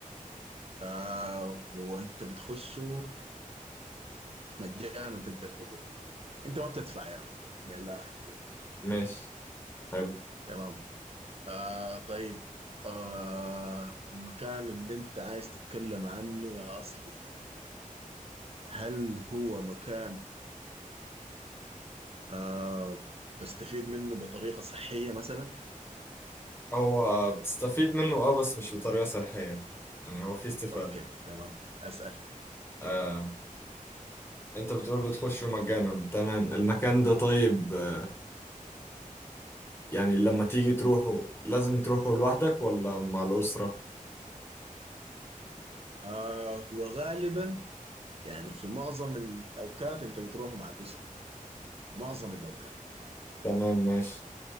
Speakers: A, on the right (about 45°); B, on the left (about 15°).
A: آه هو انت بتخشه مجانا تقدر تقول انت ما بتدفع يا يعني من الاخر كده
B: ماشي حلو
A: تمام آه طيب آه المكان اللي انت عايز تتكلم عنه يا أصلي هل هو مكان آه بستفيد منه بطريقة صحية مثلا؟
B: هو بتستفيد منه اه بس مش بطريقة صحية يعني هو في استفادة
A: اوكي تمام أسأل
B: آه انت بتقول بتخشه مجانا تمام المكان ده طيب آه، يعني لما تيجي تروحه لازم تروحه لوحدك ولا مع الأسرة
A: آه هو غالبا يعني في معظم الأوقات انت بتروح مع الأسرة معظم الأوقات
B: تمام ماشي